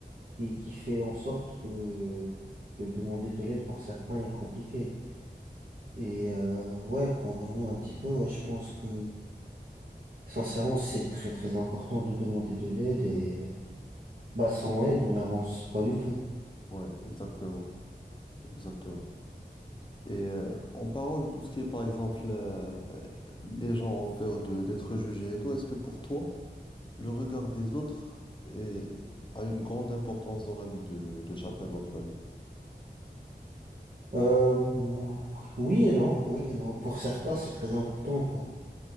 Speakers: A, on the right (about 55°); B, on the left (about 25°).
A: qui, qui fait en sorte que, que demander de l'aide pour certains est compliqué. Et euh, ouais, pour revenir un petit peu, ouais, je pense que sincèrement, c'est très très important de demander de l'aide et euh, Bah, sans aide, on n'avance pas du tout.
B: Ouais, exactement, exactement. Et euh, en parlant de tout ce qui est, par exemple, euh, les gens ont peur de d'être jugés et tout, est-ce que pour toi, le regard des autres est- a une grande importance dans la vie de, de chacun d'entre nous?
A: Euh, ou- oui et non, oui et non. Pour certains, c'est très important. Pour,